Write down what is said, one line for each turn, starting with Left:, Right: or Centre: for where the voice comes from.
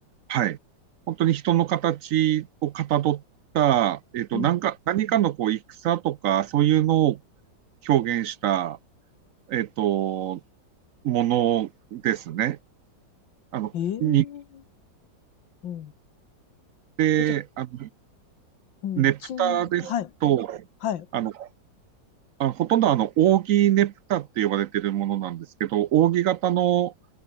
Right: はい。本当に人の形をかたどった、えっと、
Left: うん。
Right: なんか何かのこう戦とか、そういうのを表現した、えっと、ものですね。あの、
Left: ええ
Right: に
Left: うん。
Right: で、
Left: え、じゃ、
Right: あの
Left: うん、
Right: ネプタですと、
Left: ちん、はい、はい。
Right: あの、あほとんどあの、扇ネプタって呼ばれているものなんですけど、扇形の、